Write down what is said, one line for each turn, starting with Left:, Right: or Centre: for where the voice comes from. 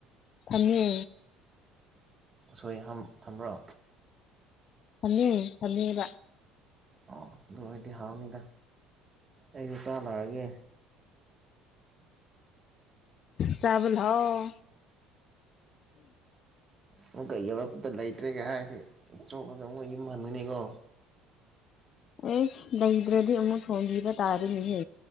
Left: ꯊꯝꯃꯦ꯫
Right: ꯁꯣꯏꯍꯝ ꯊꯝꯕ꯭ꯔꯣ꯫
Left: ꯊꯝꯃꯦ ꯊꯝꯃꯦꯕ꯫
Right: ꯑꯣ ꯑꯗꯨ ꯑꯣꯔꯗꯤ ꯍꯥꯎꯅꯤꯗ ꯑꯩꯁꯨ ꯆꯥꯟꯅꯔꯒꯦ꯫
Left: ꯆꯥꯕ ꯂꯎꯑꯣ
Right: ꯑꯃꯨꯛ ꯌꯧꯔꯛꯄꯗ ꯂꯩꯇ꯭ꯔꯦꯒ ꯍꯥꯏꯗꯤ꯫ ꯆꯣꯞꯄꯒ ꯑꯃꯨꯛ ꯌꯨꯝ ꯍꯟꯒꯅꯤꯀꯣ꯫
Left: ꯑꯦ ꯅꯪꯗ꯭ꯔꯗꯤ ꯑꯃꯨꯛ ꯊꯣꯡꯕꯤꯕ ꯇꯥꯔꯦꯅꯦꯍꯦ꯫